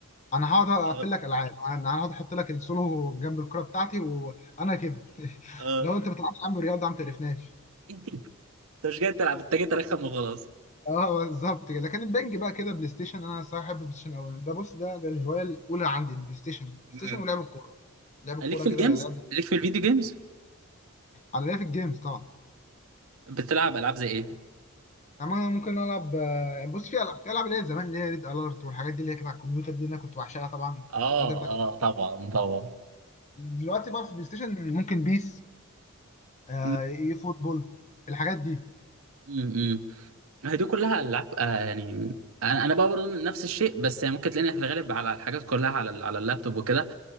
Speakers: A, on the left; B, on the right.
A: انا هقعد اقفل
B: <laughs>
A: لك العاب انا هقعد احط لك السولو جنب الكره بتاعتي وانا كده
B: اه
A: لو انت ما بتلعبش يا عم رياضه يا عم تعرفناش
B: <laughs> انت مش جاي تلعب انت جاي ترخم وخلاص
A: اه بالظبط كده لكن البنج بقى كده بلاي ستيشن انا صراحه بحب البلاي ستيشن اولا ده بص ده ده الهوايه الاولى عندي البلاي ستيشن دي بلاي
B: مم.
A: ستيشن ولعب الكوره لعب الكوره
B: ليك في
A: كده
B: الجيمز
A: لعب
B: ليك في الفيديو جيمز
A: على لعب الجيمز طبعا
B: بتلعب العاب زي ايه
A: يعني انا ممكن العب آه، بص في العاب في العاب اللي هي زمان اللي هي ريد الارت والحاجات دي اللي هي كانت على الكمبيوتر دي اللي انا كنت بعشقها طبعا
B: اه
A: الكمبيوتر ده كان
B: اه طبعا طبعا
A: دلوقتي بقى في البلاي ستيشن ممكن بيس آه
B: م-
A: اي فوتبول الحاجات دي
B: م- م. هي دي كلها العاب آه يعني انا انا بقى برضه نفس الشيء بس يعني ممكن تلاقينا في الغالب على الحاجات كلها على ال- على اللابتوب وكده